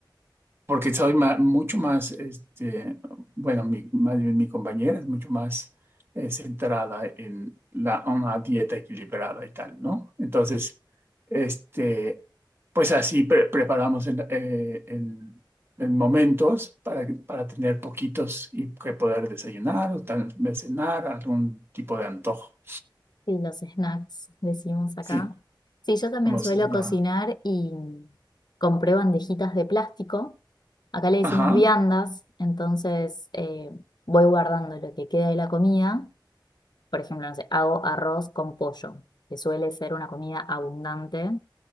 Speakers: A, on the right (about 30°); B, on the left (about 55°).
A: porque soy ma- mucho más, este, bueno, mi, más bien mi compañera es mucho más eh, centrada en la, una dieta equilibrada y tal, ¿no? Entonces, este, pues así pre- preparamos el, eh, el- el momentos para, que- para tener poquitos y que poder desayunar o tal vez cenar, algún tipo de antojo.
B: Sí, los snacks, decimos acá.
A: Sí.
B: Sí, yo también
A: conoces
B: suelo
A: nada.
B: cocinar y compré bandejitas de plástico. Acá le decimos
A: Ajá,
B: viandas, entonces eh, voy guardando lo que queda de la comida. Por ejemplo, no sé, hago arroz con pollo, que suele ser una comida abundante.